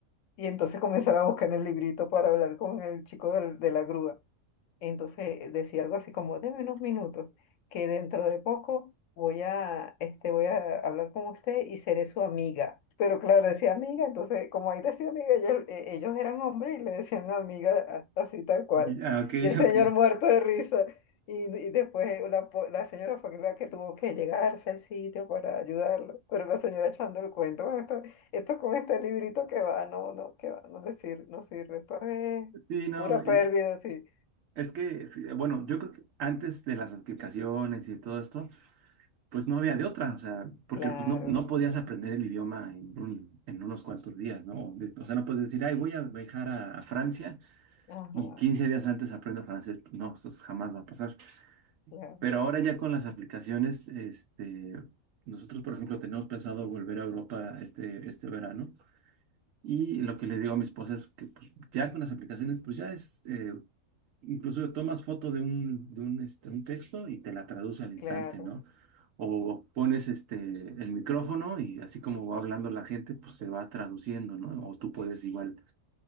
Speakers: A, on the left (about 75°); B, on the right (about 75°).
A: y entonces comenzaron a buscar en el librito para hablar con el chico del- de la grúa. Entonces decía algo así como, deme unos minutos, que dentro de poco voy a, este, voy a hablar con usted y seré su amiga. Pero claro, decía amiga, entonces como ahí decía amiga, ella- e- ellos eran hombres y le decían amiga a- así tal cual.
B: y- ah, ok,
A: Y el
B: <laughs>
A: señor
B: ok.
A: muerto de risa. Y, y después la, po- la señora fue la que tuvo que llegarse al sitio para ayudarlo. Pero la señora echando el cuento, "Bueno, esto, esto con este librito que va, no, no, que va, no le sir- no sirve, esto es
B: Sí, no,
A: pura pérdida, sí.
B: Es que, fí- bueno, yo creo que antes de las aplicaciones y todo esto, pues no había de otra, o sea, porque
A: Claro,
B: pues no, no podías aprender el idioma en, un- en unos cuantos días, ¿no? De- O sea, no puedes decir, ay, voy a viajar a, a Francia
A: ajá,
B: y 15 días antes aprendo francés. No, eso jamás va a pasar.
A: claro,
B: Pero ahora ya con las aplicaciones, este, nosotros, por ejemplo, tenemos pensado volver a Europa este, este verano y lo que le digo a mi esposa es que pues, ya con las aplicaciones, pues ya es, eh, Incluso tomas foto de un, de un, este, un texto y te la traduce al instante,
A: claro.
B: ¿no? O pones este, el micrófono y así como va hablando la gente, pues se va traduciendo, ¿no? O tú puedes igual